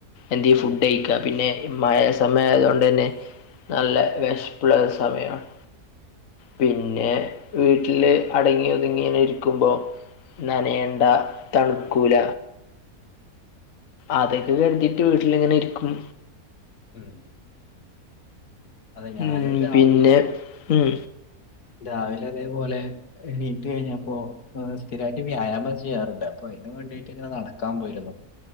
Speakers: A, on the left; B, on the left.
A: എന്തേം
B: അതെ
A: ഫുഡയ്ക്കാം. പിന്നെ മഴ സമയായതോണ്ടന്നെ നല്ല വിഷപ്പുള്ള സമയമാണ്. പിന്നെ വീട്ടില് അടങ്ങി ഒതുങ്ങി ഇങ്ങനെ ഇരിക്കുമ്പോ. നനയണ്ട തണുക്കൂല. അതൊക്കെ കരുതിയിട്ട് വീട്ടിലിങ്ങനെ ഇരിക്കും.
B: ഉം. അതെ ഞാനും
A: ഉം
B: രാവിലെ
A: പിന്നെ ഉം
B: രാവിലെ അതേപോലെ എണീറ്റ് കഴിഞ്ഞപ്പോ സ്ഥിരായിട്ട് വ്യായാമം ചെയ്യാറുണ്ട് അപ്പൊ അയ്ന് വേണ്ടിട്ട് ഇങ്ങനെ നടക്കാൻ പോയിരുന്നു